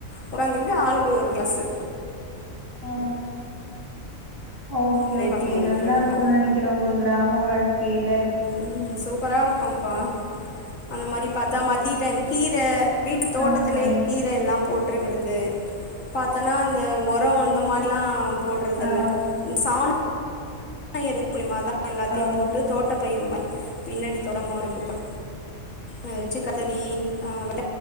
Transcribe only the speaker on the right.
ஆ ஓகே
ஓகே
நல்லா இருக்குன்னு நெனைக்கிறே உங்க கிராம வாழ்க்கையில
ஆ அன்னைக்கு
ஆ
ஓ